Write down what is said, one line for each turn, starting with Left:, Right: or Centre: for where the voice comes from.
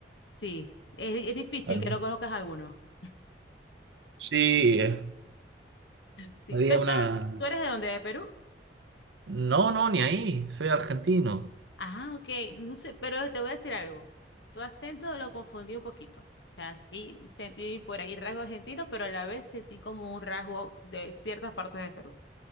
Left: Sí, es, es difícil
Right: Ah.
Left: que no conozcas a alguno. <laughs>
Right: Sí, eh,
Left: Sí,
Right: había
Left: ¿tú estás,
Right: una...
Left: tú eres de dónde? ¿De Perú?
Right: No, no, ni ahí, soy argentino.
Left: Ah, ok, no sé, pero te voy a decir algo. Tu acento lo confundí un poquito. O sea, sí sentí por ahí rasgo argentino, pero a la vez sentí como un rasgo de ciertas partes de Perú.